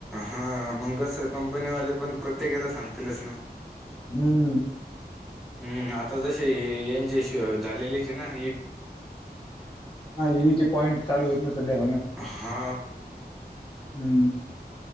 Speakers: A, in the centre; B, on the left.
A: हा मग कस कंपनी वाले पण प्रत्येकला सांगतीलच ना
B: हम्म
A: हम्म आता जसे हे यांचे झालेलेच ये ना
B: हा हेवी चे पॉइट चालू येत ना सध्या हो ना
A: हा
B: हम्म